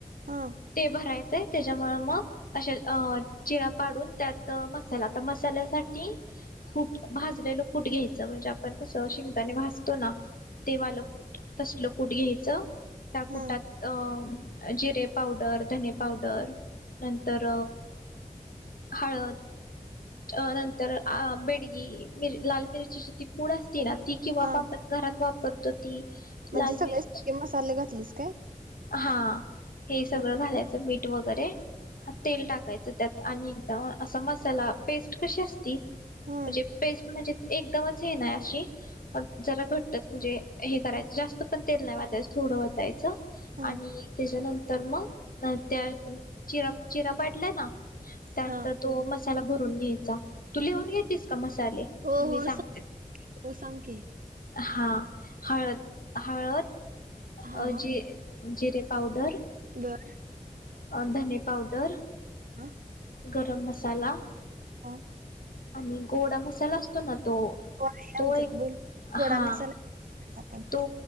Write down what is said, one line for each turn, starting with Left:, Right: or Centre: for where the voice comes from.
Right: हा
Left: ते भरायच त्याच्यामु मग आशे अ चिरा पाडून त्यात मसाला आता मसाल्यासाठी कूट भाजलेलं कूट घ्यायचं म्हणजे आपण कस शेंगदाने भाजतो ना ते वालं कूठ तसलं कुठ घ्यायचं. त्या कुटात
Right: हा
Left: अं जिरे पावडर, धने पावडर नंतर हळद अ नंतर अ बेडगी लाल मिरचीची ति पुडं ना ती किंवा
Right: हा
Left: मग आपण घरात वापरतो ती
Right: म्हणजे
Left: लाल
Right: सगळे
Left: मिरची
Right: स मसाले घातलेस काय?
Left: हा हे सगळं
Right: बर.
Left: घालायचं मीठ वगैरे तेल टाकायचं त्यात आणि एकदम अस मसाला पेस्ट कशी असती म्हणजे
Right: हा
Left: पेस्ट म्हणजे एकदमच हे ना अशी पण जरा घट्टच म्हणजे हे करायचं जास्त पण तेल नाही वतायचं थोडं वतायचं.
Right: हा
Left: आणि त्याच्यानंतर तर मग त्या चिरा चिरा पाडला ना त्यात
Right: हा
Left: तो मस्त भरुन घ्यायचा. तू लिहून घेतेस का मसा- -ले
Right: हो
Left: मी
Right: हो
Left: सांग
Right: हो सांग की
Left: हा हळद, हळद,
Right: हा
Left: अ जी जिरे पावडर.
Right: डर.
Left: अ धने पावडर,
Right: अ.
Left: गरम मसाला,
Right: ह.
Left: आणि गोडा मसाला असतो ना तो
Right: आहे
Left: तो
Right: आमच्यात
Left: एक
Right: बोल गोडा
Left: हां
Right: मसाला करायचा आपण
Left: तो